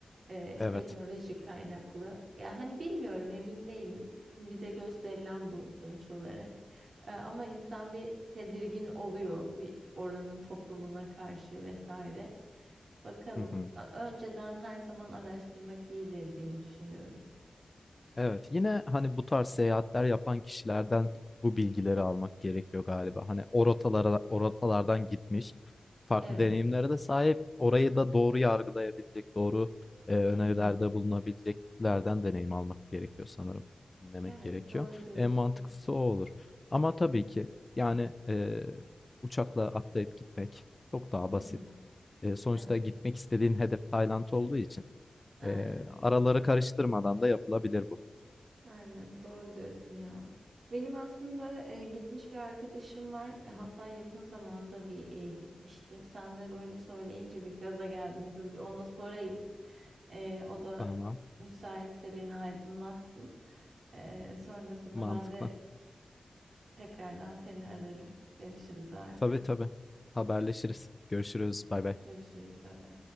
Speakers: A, on the right; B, on the left.
A: e,
B: evet.
A: teknoloji kaynaklı. Ya hani bilmiyorum emin değilim. Bize gösterilen bu sonuç olarak. E, ama insan bir tedirgin oluyor bir oranın toplumuna karşı vesaire. Bakalım.
B: Hı hı.
A: Ö- Önceden her zaman araştırmak iyidir diye düşünüyorum.
B: Evet, yine hani bu tarz seyahatler yapan kişilerden bu bilgileri almak gerekiyor galiba. Hani o rotalara, o rotalardan gitmiş, farklı
A: Evet.
B: deneyimlere de sahip, orayı da doğru yargılayabilecek, doğru e, önerilerde
A: Hı hı.
B: bulunabileceklerden deneyim almak gerekiyor sanırım. Dinlemek
A: Evet,
B: gerekiyor.
A: doğru diyorsun.
B: En mantıklısı o olur. Ama tabii ki yani e, uçakla atlayıp gitmek çok daha basit.
A: Hı hı.
B: E, sonuçta
A: Evet.
B: gitmek istediğin hedef Tayland olduğu için
A: Aynen.
B: e, araları karıştırmadan da yapılabilir bu.
A: Aynen. Doğru diyorsun ya. Benim aslında e, gitmiş bir arkadaşım var. E, Hatta yakın zamanda bir e, gitmişti. Sen de böyle söyleyince bir gaza geldim. Dur bir ona sorayım. E, o da
B: Tamam.
A: müsaitse beni aydınlatsın. E, sonrasında
B: Mantıklı.
A: ben de tekrardan seni ararım. Görüşürüz o halde.
B: Tabii tabii. Haberleşiriz. Görüşürüz. Bay bay.
A: Görüşürüz. Bay bay.